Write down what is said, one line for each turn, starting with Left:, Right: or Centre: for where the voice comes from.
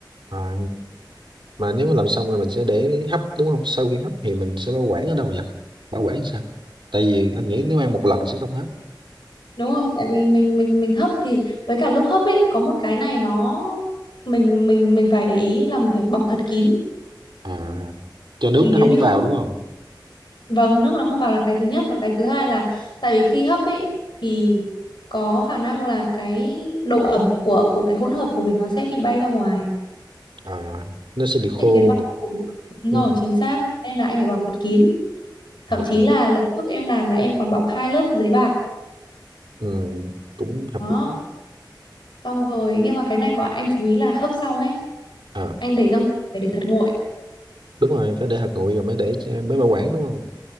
Right: À, mà nếu mà làm xong rồi mình sẽ để hấp đúng không? Sau khi hấp thì mình sẽ bảo quản ở đâu vậy? Bảo quản sao? Tại vì anh nghĩ nếu ăn một lần sẽ không hết.
Left: đúng rồi tại vì mình mình mình hấp thì với cả lúc hấp ấy có một cái này nó mình mình mình phải để ý là mình phải bọc thật kín
Right: À cho nước
Left: vì
Right: nó
Left: nếu
Right: không
Left: như
Right: vào
Left: không
Right: đúng không?
Left: vâng nước nó không vào là cái thứ nhất và cái thứ hai là tại vì khi hấp ấy thì có khả năng là cái độ ẩm của của cái hỗn hợp của mình nó sẽ bị bay ra ngoài
Right: À nó sẽ bị khô
Left: để khiến bắp của mình- đúng
Right: đúng
Left: rồi
Right: không?
Left: chính xác nên là anh phải bọc thật kín thậm
Right: À.
Left: chí là lần trước em làm là em còn bọc hai lớp giấy bạc
Right: Ừ, cũng hợp
Left: đó
Right: lý
Left: xong rồi nhưng mà cái này có anh chú ý là hấp xong ấy
Right: à
Left: anh để trong phải để thật nguội
Right: đúng rồi phải để hạt nguội rồi mới để cho- mới bảo quản đúng không